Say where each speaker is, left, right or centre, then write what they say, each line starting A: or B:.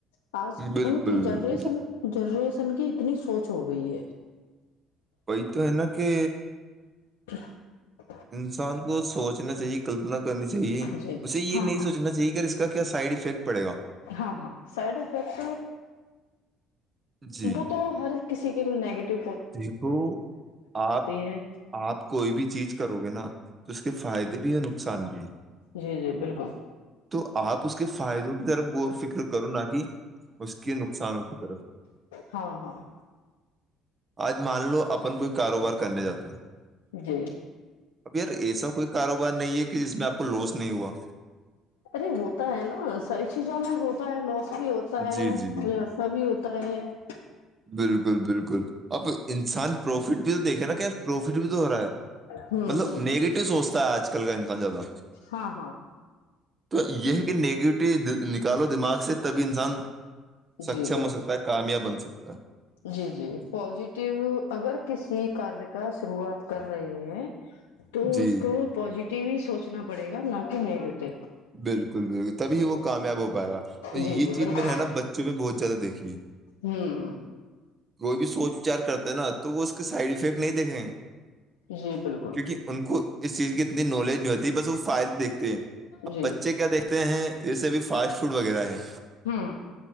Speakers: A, on the left; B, on the right.
A: پس
B: بالکل
A: <inaudible> کی
B: بالکل
A: جنریشن جو جنریسن کی اتنی سوچ ہو گئی ہے
B: وہئی تو ہے نا کہ
A: <inaudible>
B: انسان کو سوچنا چاہیے کلپنا کرنی چاہیے
A: جی جی
B: مے یہ
A: ہاں
B: نہیں
A: ہاں
B: سوچنا چاہی کہ کیا سائڈ افیکٹ پڑے گا
A: ہاں ہاں سائڈ افیکٹ
B: جی
A: وہ تو ہر کسی کے نگیٹو
B: دیکھو آپ
A: ہیں
B: آپ کوئی بھی چیز کرو گے نا تو اس کے فائدے بھی ہیں نقصان بھی ہے
A: جی جی بالکل
B: تو آپ اس کے فائدوں کی طرف غور فکر کرو نہ کہ اس کے نقصانوں کی طرف
A: ہاں ہاں
B: آج مان لو اپن کوئی کاروبار کرنے جاتے ہیں
A: جی
B: اب یار ایسا کوئی کاروبار نہیں ہے کہ جس میں آپ لوس نہیں ہوا
A: ارے ہوتا ہے نا ساری چیزوں میں ہوتا ہے لوس بھی ہوتا ہے
B: جی جی جی
A: مفا بھی ہوتا تو
B: بالکل بالکل اب انسان پروفٹ بھی تو دیکھے نا کہ پروفٹ بھی تو ہو رہا ہے
A: ہوں
B: مطلب
A: ہ
B: نیگیٹو سوچتا ہے آج کل کل گن زیادہ
A: ہاں ہاں
B: تو یہ ہے کہ نگیٹ نکالو دماغ سے تبھی انسان سکچم
A: جی بالکل
B: ہو سکتا ہے کامیاب بن سکتا <inaudible>
A: جی جی پزیٹیو اگر کسی کاریہ کا شروعات کر رہے ہیں
B: ہے
A: تو
B: جی
A: اس
B: جی
A: کو پازیٹیو ٹی بھی سوچنا پڑے گ نہ کہ نیگیٹو
B: بالکل بالکل بالکل تبھی وہ کامیاب ہو پائے گا اور یہ
A: جی جی
B: چیز
A: بالکل
B: میں نے ہے نا بچوں میں بہت زیادہ دیکھی ہے
A: ہوں ہ
B: کوئی بھی سوچ وچار کرتے نا تو وہ اس کے سائڈ افیکٹ نہیں دیکھیں
A: جی بالکل
B: کیونکہ ان کو اس چیز کی اتنی نالج ہوتی بس وہ فائل دیکتے ہیں اب
A: جی
B: بچے کیا دیکھتے ہیں جیسے بھیھی فاسٹ فوڈ وغیرہ ہے
A: ہاں